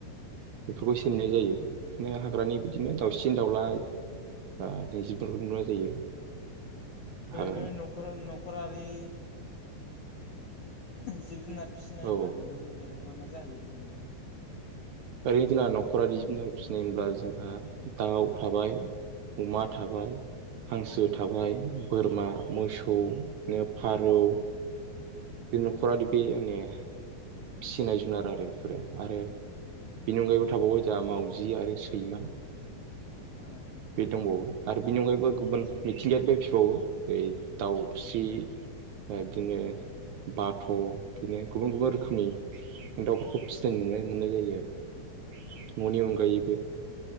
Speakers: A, on the right; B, on the left.
A: बेफोरखौ एसे नुनाय जायो। बिदिनो हाग्रानि बिदिनो दाउसिन
B: अ
A: दाउला ओ नैजिबफोरखौ नुनाय जायो हाग
B: ओ नखरा नखरारि जिब जुनार फिसिनाय
A: औ
B: होनबा नोंथांमोननिया मा मा जाहैयो ओरैनो
A: ओरैनो जोंना न खखरानि जुनार फिसिनाय होनब्ला जोंहा दाव थाबाय अमा थाबाय हांसो
B: अ
A: थाबाय बोरमा मोसौ नो फारौ बे नखरारि बे नो फिसिनाय जुनार आरो बेफोरो आरो बेनि अनगायैबो थाबावबाय जोंहा मावजि आरो सैमा
B: अ
A: बे दंबावो। आरो बिनि अनगायैबो गुबुन मिथिंगायारि खौ बै दाव स्रि ओ दिनो बाथ बिदिनो गुबुन गुबुन रोखोमनि दावफोरखौ फिसिनाय नुनाय मोननाय जायो आरो ननि अनगायैबो